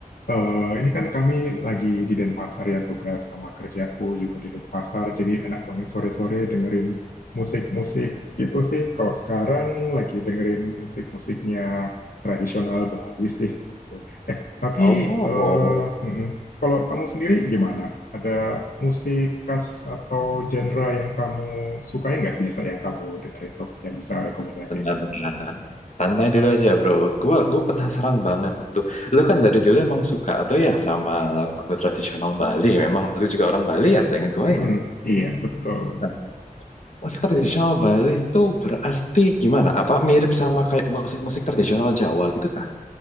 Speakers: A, on the left (about 75°); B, on the left (about 55°).
A: Eh, ini kan kami lagi di Denpasar ya, tugas sama kerjaku juga di Denpasar, jadi enak banget sore-sore dengerin musik-musik gitu sih. Kalau sekarang lagi dengerin musik-musiknya tradisional Bali sih gitu. Eh, tapi
B: Oh,
A: eh, mm-mm. Kalau kamu sendiri gimana? Ada musik khas atau genre yang kamu sukai nggak biasa yang kamu dengerin tuh yang bisa rekomendasiin?
B: benar-benar. Santai dulu aja, Bro. Gua, gua penasaran banget tuh. Lu kan dari dulu emang suka tuh ya sama lagu tradisional Bali. Memang lu juga orang Bali ya, saya ingat gua
A: Mm-mm,
B: ya.
A: iya, betul.
B: Nah, musik tradisional Bali tuh berarti gimana? Apa mirip sama kayak musik-musik tradisional Jawa gitu kah?